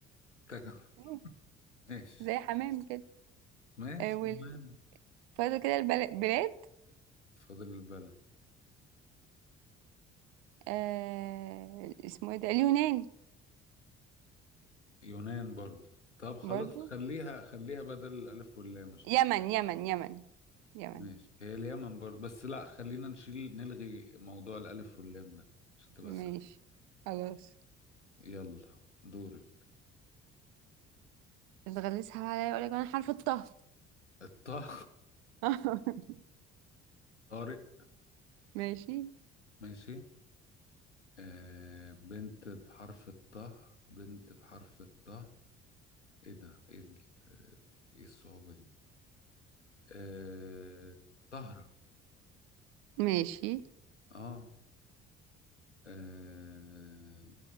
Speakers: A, on the left (about 85°); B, on the right (about 60°).
A: <laughs>
B: أيوة،
A: ماشي
B: زي حمام كده
A: ماشي
B: آه، وال-
A: يونان
B: فاضل كده البلاد
A: فاضل البلد
B: آه اسمه ايه ده اليونان
A: يونان برضه طب خلاص
B: برضو
A: خليها خليها بدل الألف واللام عشان
B: يمن
A: كده.
B: يمن يمن يمن
A: ماشي هي اليمن برضه بس لا خلينا نشيل نلغي موضوع الألف واللام ده عشان تبقى
B: ماشي
A: سهل
B: خلاص
A: يلا دوري
B: بتغلسها بقى عليا اقول لك انا حرف الطه
A: الطه
B: <laughs>
A: <laughs> طارق
B: ماشي
A: ماشي آه بنت بحرف الطه بنت بحرف الطه ايه ده ايه ال- ايه الصعوبة دي آه طهرة
B: ماشي
A: اه آه،